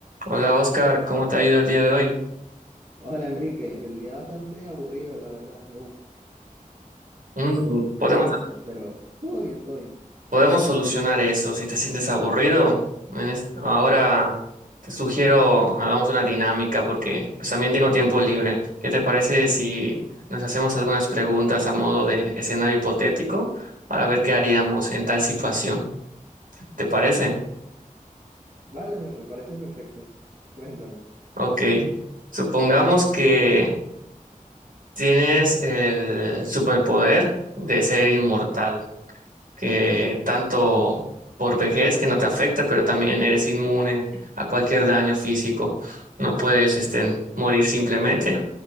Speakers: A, on the right; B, on the right.
A: Hola Oscar, ¿cómo te ha ido el día de hoy?
B: Hola Enrique, el día bastante aburrido, la verdad, muy,
A: Mm, podemos,
B: muy lento, pero todo bien, todo bien.
A: podemos solucionar eso. Si te sientes aburrido, en es- ahora te sugiero hagamos una dinámica porque pues también tengo tiempo libre. ¿Qué te parece si nos hacemos algunas preguntas a modo de escenario hipotético para ver qué haríamos en tal situación? ¿Te parece?
B: Vale, me, me parece perfecto. Cuéntame.
A: Ok. Supongamos que tienes el superpoder de ser inmortal. que tanto por vejez que no te afecta, pero también eres inmune a cualquier daño físico. No puedes este, morir simplemente.